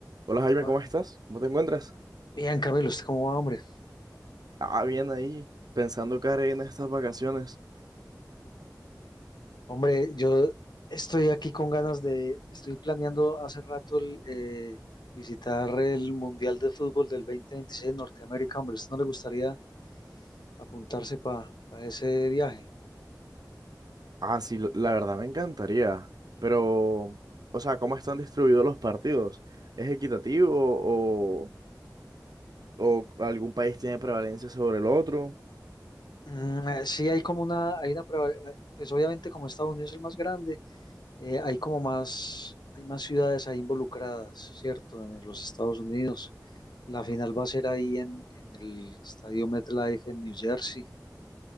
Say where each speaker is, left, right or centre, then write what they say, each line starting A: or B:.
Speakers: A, on the right; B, on the left.
A: Hola Jaime,
B: Ah,
A: ¿cómo estás? ¿Cómo te encuentras?
B: Bien, Camilo, ¿usted cómo va, hombre?
A: Ah, bien ahí, pensando qué haré en estas vacaciones.
B: Hombre, yo estoy aquí con ganas de, estoy planeando hace rato el, eh, visitar el Mundial de Fútbol del 2026 en Norteamérica, hombre, ¿usted no le gustaría apuntarse para ese viaje?
A: Ah, sí, lo- la verdad me encantaría, pero, o sea, ¿cómo están distribuidos los partidos? ¿Es equitativo o, o algún país tiene prevalencia sobre el otro?
B: Mm, eh, sí, hay como una, hay una, proba- eh, pues obviamente como Estados Unidos es el más grande, eh, hay como más, hay más ciudades ahí involucradas, ¿cierto? En los Estados Unidos. La final va a ser ahí en, en el estadio MetLife en New Jersey.